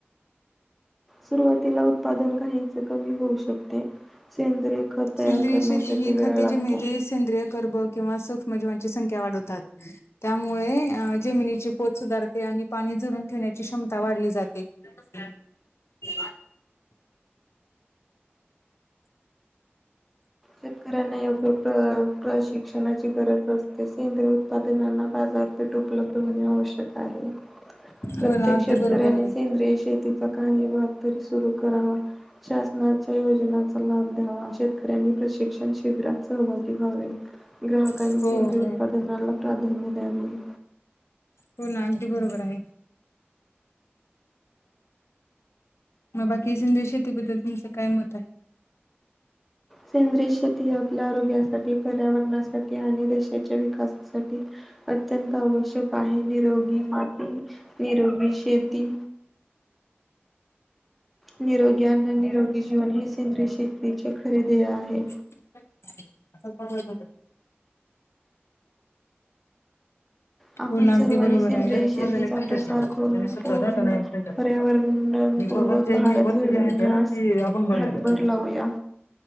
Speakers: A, in the centre; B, on the left (about 90°).
A: सुरुवातीला उत्पादन घाहीच कमी होऊ शकते. सेंद्रिय खत तयार
B: सेंद्रिय
A: करण्यासाठी
B: शेती ही
A: वेळ
B: खतेज
A: लागतो.
B: मिळते सेंद्रिय कर्भ किंवा सूक्ष्म जीवांची संख्या वाढवतात. त्यामुळे अ जमिनीचे पोत सुधारते आणि पाणी जुरून ठेवण्याची क्षमता वाढली जाते. <unintelligible>
A: शेतकऱ्यांना योग्य प्र प्रशिक्षणाची गरज असते सेंद्रिय उत्पादनांना बाजार पिटुकलं <unintelligible> होणे आवश्यक आहे प्रत्येक
B: हो ना अगदी
A: शेतकऱ्याने
B: बरोबर आहे.
A: सेंद्रिय शेती प्रकाई भातं तरी सुरू करावा. शासनाच्या योजनाचा लाभ द्यावा. शेतकऱ्यांनी प्रशि शिक्षण शिबिरात सहभागी व्हावे. ग्राहकांनी
B: हो
A: सेंद्रीय
B: हो
A: उत्पादनाना प्राधान्य द्यावे.
B: हो ना अगदी बरोबर आहे. म बाकी सेंद्रिय शेतीबद्दल तुमचं काय मत आहे.
A: सेंद्रिय शेती ही आपल्या आरोग्यासाठी पर्यावरणासाठी आणि देशाच्या विकासासा ठी अत्यंत आवश्यक आहे निरोगी माती, निरोगी शेती निरोगी आणि निरोगी जीवन हे सेंद्रीय शेतीचे खरे ध्येय आहे.
B: <unintelligible> असंच पाठव <unintelligible>
A: आपण
B: हो ना
A: सर्वांनी
B: अगदी बरोबर
A: सेंद्रिय
B: आहे <unintelligible>
A: शेतीचा प्रसार करून पूर्ण पर्यावरणपूर्वक
B: <unintelligible> वर्क त्यांनी
A: भारत
B: वर्क
A: घडवण्यास
B: जी आहेत ती आपण भरलेलेय.
A: हातभार लावूया.